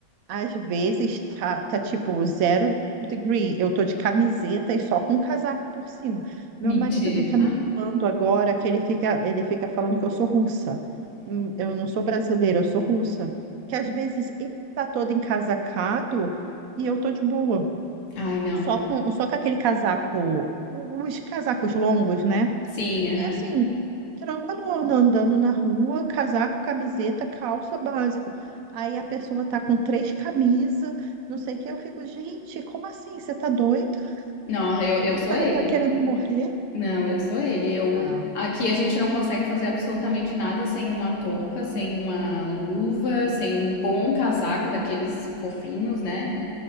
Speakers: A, on the right (about 70°); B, on the left (about 80°).
A: Às vezes tá, tá tipo zero degree. Eu tô de camiseta e só com um casaco por cima.
B: <laughs>
A: Meu
B: mentira.
A: marido fica me zoando agora que ele fica, ele fica falando que eu sou russa. Hum, Eu não sou brasileira, eu sou russa. Que às vezes ele tá todo encasacado e eu tô de boa.
B: Ai, não.
A: Só com, só com aquele casaco, os casacos longos, né?
B: Sim, aham.
A: E assim, tranquilona, andando na rua, casaco, camiseta, calça, básico. Aí a pessoa tá com três camisas, não sei o que. Eu fico, gente, como assim? Você tá doido?
B: Não, eu,
A: <laughs>
B: eu sou
A: Tá,
B: ele.
A: tá querendo morrer?
B: Não, eu sou ele. Eu,
A: Ah,
B: aqui a gente não consegue fazer absolutamente nada sem uma touca, sem uma luva, sem um bom casaco daqueles fofinhos, né?